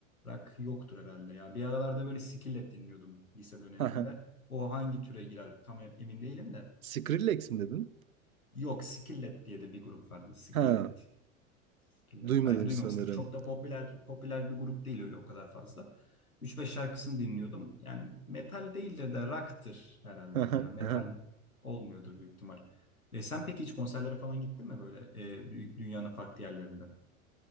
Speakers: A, on the left; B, on the right.
A: rock yoktur herhalde ya. Bir aralarda böyle Skillet dinliyordum lise döneminde.
B: Hı hı.
A: O hangi türe girer tam em- emin değilim de.
B: Skrillex mi dedin?
A: Yok Skillet diye de bir grup vardı. Skillet.
B: Ha,
A: Killer.
B: duymadım
A: Belki duymamışsındır.
B: sanırım.
A: Çok da popüler popüler bir grup değil öyle o kadar fazla. 3-5 şarkısını dinliyordum. Yani metal değildir de rock'tır herhalde
B: Hı
A: o
B: hı,
A: ya. Metal
B: hı hı.
A: olmuyordur büyük ihtimal. E, sen peki hiç konserlere falan gittin mi böyle e, dü- dünyanın farklı yerlerinde?